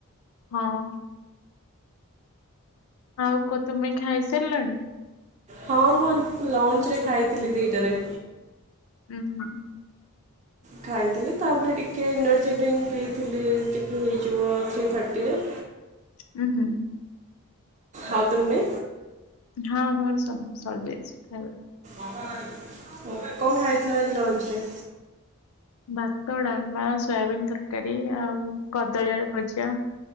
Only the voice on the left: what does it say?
ହଁ। ଆଉ କୁହ ତୁମେ ଖାଇ ସାରିଲଣି?
ହୁଁ।
ହୁଁ ହୁଁ।
ହଁ ମୋର ସରିଯାଇଛି ଖାଇବା।
ଭାତ, ଡାଲମା, ସୋୟାବିିନ ତରକାରୀ ଆଉ କଦଳୀ ଆଳୁ ଭଜା।